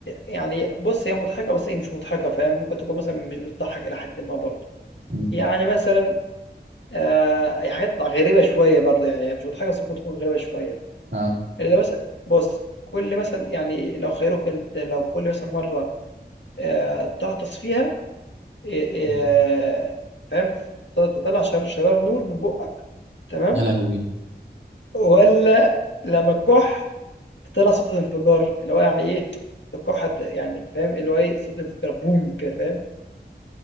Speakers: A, on the left; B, on the right.
A: يعني بُص هي مضحكة بس هي مش مضحكة فاهم، ممكن تكون مثلًا مش بتضحّك إلى حدٍ ما برضه،
B: مم.
A: يعني مثلًا آآ هي حاجات غريبة شوية برضه، يعني هي مش مضحكة بس ممكن تكون غريبة شوية،
B: اه
A: اللي مثلًا بُص كل مثلًا يعني لو خيروك أنت لو كل مثلًا مرة آآ تغطس فيها آآ
B: مم.
A: فاهم، ت تطلّع شر شرار نور من بُقّك تمام،
B: يا لهوي
A: والّا لمّا تكح فطلع صوت الانفجار، اللي هو يعني إيه، القاعة ت يعني فاهم، اللي هو إيه، صوت انفجار بوم كده فاهم،